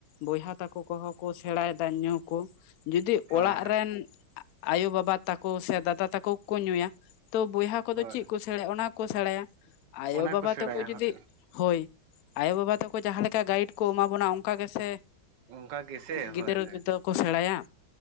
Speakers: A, on the left; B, on the right.
A: ᱵᱚᱭᱦᱟ ᱛᱟᱠᱚ ᱠᱚᱦᱚᱸ ᱠᱚ ᱥᱮᱲᱟᱭᱮᱫᱟ ᱧᱩ ᱠᱚ ᱡᱚᱫᱤ
B: ᱦᱳᱭ
A: ᱚᱲᱟᱜ ᱨᱮᱱᱼᱼ ᱟᱭᱳ ᱵᱟᱵᱟ ᱛᱟᱠᱚ ᱥᱮ ᱫᱟᱫᱟ ᱛᱟᱠᱚ ᱠᱚ ᱧᱩᱭᱟ ᱛᱚ ᱵᱚᱭᱦᱟᱼᱼ ᱟᱠᱚ ᱫᱚ
B: ᱦᱳᱭ
A: ᱪᱮᱫ ᱠᱚ ᱥᱮᱬᱟᱭᱟ ᱚᱱᱟ ᱠᱚ ᱥᱮᱬᱟᱭᱟ ᱟᱭᱳᱼᱵᱟᱵᱟ
B: ᱚᱱᱟ ᱠᱚ ᱥᱮᱬᱟᱭᱟ
A: ᱛᱟᱠᱚ ᱡᱩᱫᱤ
B: ᱦᱳᱭ
A: ᱦᱳᱭ ᱟᱭᱳ ᱵᱟᱵᱟ ᱛᱟᱠᱚ ᱡᱟᱦᱟᱸ ᱞᱮᱠᱟ ᱜᱟᱭᱤᱰᱼᱼ ᱠᱚ ᱮᱢᱟ ᱵᱚᱱᱟ ᱚᱱᱠᱟ ᱜᱮᱥᱮ,
B: ᱚᱱᱠᱟ ᱜᱮᱥᱮ
A: ᱜᱤᱫᱽᱨᱟᱹ
B: ᱦᱳᱭ ᱦᱳᱭ
A: ᱫᱚ ᱠᱚ ᱥᱮᱬᱟᱭᱟ᱾